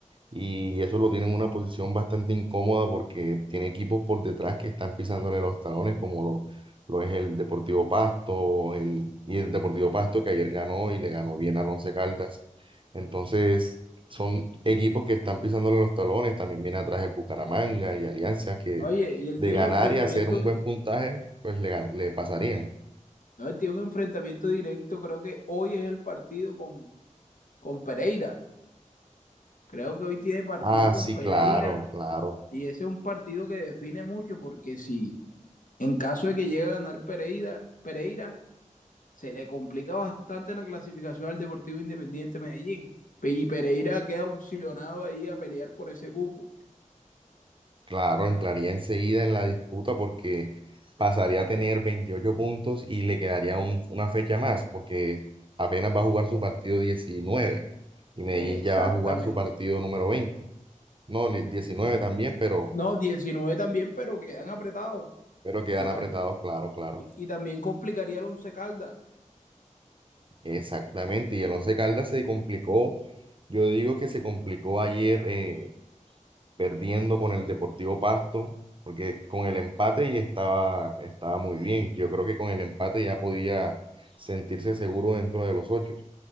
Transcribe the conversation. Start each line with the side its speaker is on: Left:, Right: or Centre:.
Right: y eso lo tiene en una posición bastante incómoda porque tiene equipos por detrás que están pisándole los talones, como lo, lo es el Deportivo Pasto, el, y el Deportivo Pasto que ayer ganó y le ganó bien al Once Caldas. Entonces, son equipos que están pisándole los talones, también viene atrás el Bucaramanga y Alianza que
Left: Oye, y él
Right: de
Left: tiene
Right: ganar
Left: un enfrentamiento,
Right: y hacer un buen puntaje, pues le, gan- le pasarían.
Left: no, él tiene un enfrentamiento directo, creo que hoy es el partido con, con Pereira. Creo que hoy tiene partido
Right: Ah,
Left: con
Right: sí,
Left: Pereira
Right: claro, claro.
Left: y ese es un partido que define mucho porque si en caso de que llegue a ganar Pereira, Pereira se le complica bastante la clasificación al Deportivo Independiente Medellín. Y Pereira queda opcionado ahí a pelear por ese cupo.
Right: Claro, entraría enseguida en la disputa porque pasaría a tener 28 puntos y le quedaría un- una fecha más porque apenas va a jugar su partido 19 y Medellín
Left: Exactamente.
Right: ya va a jugar su partido número veinte, No, ni- 19 también, pero,
Left: No, 19 también, pero quedan apretados.
Right: pero quedan
Left: Y también,
Right: apretados, claro, claro.
Left: y también complicaría el Once Caldas.
Right: Exactamente. Y el Once Caldas se complicó, yo digo que se complicó ayer eh, perdiendo con el Deportivo Pasto, porque con el empate y estaba, estaba muy bien. Yo creo que con el empate ya podía sentirse seguro dentro de los ocho.